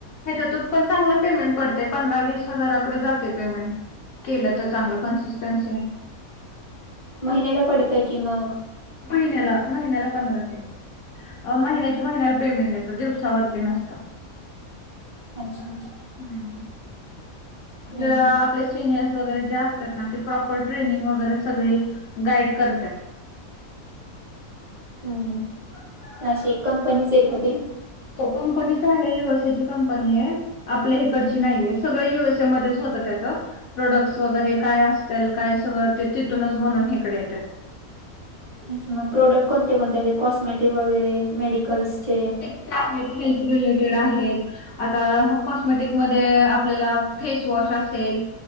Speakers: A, on the left; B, on the right.
A: ह्याच्यातून पण चांगलं पेमेंट पडतय, पंधरा-वीस हजाराकडे जातय पेमेंट. केलं, तर चांगलं कन्सिस्टन्सीने.
B: महिन्याला पडतं की, मग.
A: महिन्याला-महिन्याला पंधरा ते वीस. अ महिन्याच्या-महिन्याला पेमेंट येतो, दिवसावरती नसतं.
B: अच्छा-च्छा.
A: हम्म, आपल्याला,
B: हम्म हम्म
A: आपले सिनयर्स वगैरे जे असतात ना, ते प्रॉपर ट्रेनिंग, वगैरे सगळी गाईड करतात.
B: हम्म हम्म. अशी कंपनीचे का ती?
A: हो कंपनीच आहे. युएसएची कंपनीये. आपल्या इकडची नाहीये. सगळं युएसए मध्येच होतं त्याच. प्रोडक्ट वगैरे काय असतील काय सगळं. ते तिथूनच बनून हिकडे येतात.
B: अच्छा मग प्रोडक्ट कोणते कोणत्याचे. कॉस्मेटिक वगैरे. मेडिकल्सचे.
A: ते आहेत. हेल्थ रिलेटेड आहेत. आता कॉस्मेटिकमध्ये आपल्याला फेसवॉश असेल.